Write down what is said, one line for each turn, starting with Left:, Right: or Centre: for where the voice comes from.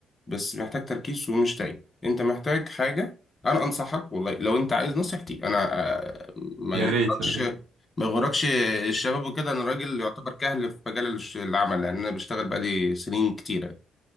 Left: بس محتاج تركيز ومش تعب انت محتاج حاجه انا انصحك والله لو انت عايز نصيحتي انا آه، ما
Right: يا
Left: يغركش
Right: ريت يا ريت
Left: ما يغركش الشباب وكده انا راجل يعتبر كهل في مجال الش- العمل لان انا بشتغل بقالي سنين كتيره